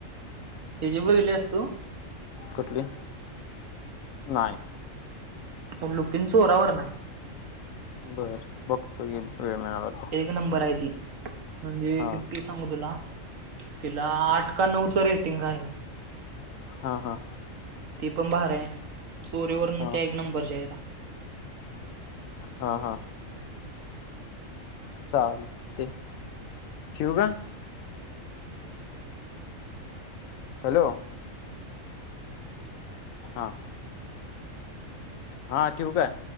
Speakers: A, on the right (about 75°); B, on the left (about 80°).
A: <unintelligible> बघितलेस तु.
B: कुठली नाही.
A: पण लुकीन चोरांवरन.
B: बर बघतो घे, वेळ मिळाला तर
A: एक नंबर आहे ती, म्हणजे
B: हा
A: किती सांगू तुला, तिला आठ का नऊच रेटिंग आहे बग.
B: हा हा.
A: ते पण भारी आहे चोरीवरन
B: हा
A: त्या एक नंबरच्या आहे.
B: हा हा. चालतय ठेवू काय. हॅलो. हा. हा ठेवू काय.